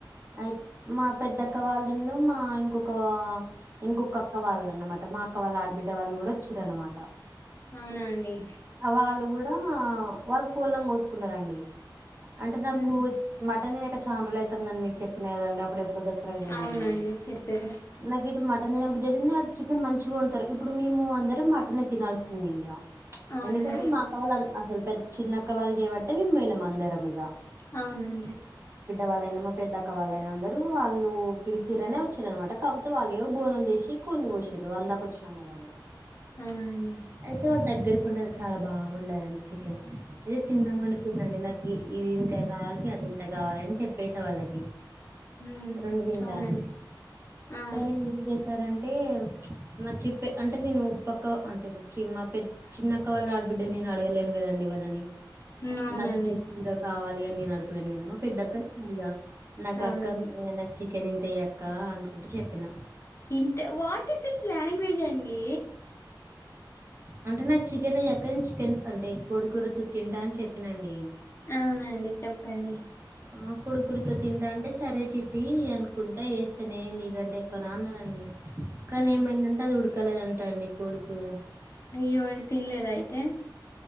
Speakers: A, on the right (about 35°); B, on the left (about 35°).
A: అయి మా పెద్దక్క వాళ్ళును మా ఇంకొక ఇంకొక అక్క వాళ్ళున్నమాట మా అక్క వాళ్ళ ఆడబిడ్డ వాళ్ళు కూడా వచ్చారునమాట
B: అవునా అండి
A: వాళ్ళు కూడా వాళ్ళు కోళ్లను కోసుకున్నారంండి అంటే నాకు
B: ఉమ్
A: మటన్నుక చాలా రోజులు అవుతుంది అవుతుందని మీకు చెప్పినాయి కదండి అప్పుడెప్పుడో తగిలాను
B: అవునండి చెప్పారు
A: నాకెప్పుడూ మటన్ తినబుద్ధి అయితుంది అడా చికెన్ మంచి గా వండుతారు ఇప్పుడు మీము అందర మటన్ తినాల్సింది ఇక
B: అవునండి
A: ఎందుకంటే మా అక్క వాళ్ళు అసలు ద్ద చిన్నక్క వాళ్లు చేయబట్టే మేమ్ పోయినాం అందరం ఇక
B: అవునండి
A: వాళ్ళు ఎన్ పెద్దక్క వాళ్ళుయినందరూ వాళ్ళు పిలిసిరనే వచ్చారునమాట కాకపోతే వాళ్ళు బోనం చేసి కొని కోసారు రూ అందాక వచ్చినాం కదా అని
B: అవునండి
A: అయితే వాళ్ళ దగ్గరకు వండారు చాలా బా వండరండి చికెన్ అయితే తిన్నామ అనుకున్నానండి నాకు ఇది ఇంత కావాలి అది ఇంత కావాలి అని చెప్పేసే వాళ్ళకి
B: ఉమ్
A: రెండు తింటా
B: అవునండి
A: అని
B: ఆ,
A: కానీ ఏం చేశారంటే మా చెప్పే అంటే నేను పక్క అంటే చి మాపెద్ద చిన్నక్క వాళ్ళు ఆడబిడ్డని నేను అడగలేను కదండి వాళ్ళని
B: ఉమ్, అవునండి
A: నాకు కూర కావాలి అని నేను అడగలేను కదమ్మా పెద్దక్కనీ అడిగా నాకు
B: అవునండి
A: అక్క నాకు చికెన్ ఇంతయ అక్క అనుకుంటా చెప్పినా
B: ఇంత వాట్ ఇస్ ఇట్ లాంగ్వేజ్ అండి
A: అంటే నాకు చికెన్ ఏయి అక్క నేన్ చికెన్ అంటే కోడికూరతో తింటా అని చెప్పినండి
B: అవునండి చెప్పండి
A: ఆ కోడికూరతో తింటా అంటే సరే చిట్టి అనుకుంటే వేస్తేనే నీకంటే ఎక్కువ నాన్నదండి కానీ
B: ఉమ్,
A: ఏమైందంటే అది ఉడకలేదంటా అండి కోడి కూర
B: అయ్యో మరి తినలేదా అయితే